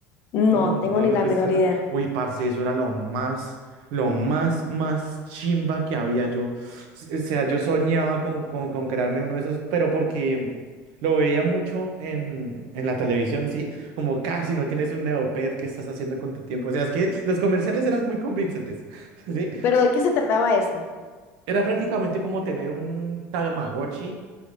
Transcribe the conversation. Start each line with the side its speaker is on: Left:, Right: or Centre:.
Left: No
Right: ¿No? ¿No,
Left: tengo ni
Right: no
Left: la
Right: te
Left: menor
Right: suena?
Left: idea.
Right: Uy, parce, eso era lo más, lo más, más chimba que había yo. S- O sea, yo soñaba con, con, con crearme uno de esos, pero porque lo veía mucho en, en la televisión, ¿sí? Como casi no tienes un Neopet, ¿qué estás haciendo con tu tiempo? O sea, es que los comerciales eran muy convincentes, <laughs> ¿sí?
Left: Pero ¿de qué se trataba eso?
Right: Era prácticamente como tener un Tamagotchi,